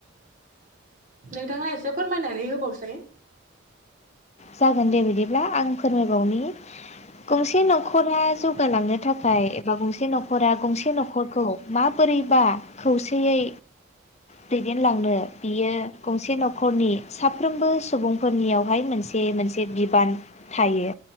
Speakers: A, on the right; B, on the left.
A: नोंथाङा एसे फोरमायनानै होबावसै
B: जागोन दे बिदिब्ला आं फोरमायबावनि गंसे न'खरा जौगालांनो थाखाय एबा गंसे न'खरा गंसे न'खरखौ माबोरैबा खौसेयै दैदेनलांनो बियो गंसे न'खरनि साफ्रोमबो सुबुंफोरनियावहाय मोनसे बे मोनसे बिबान थायो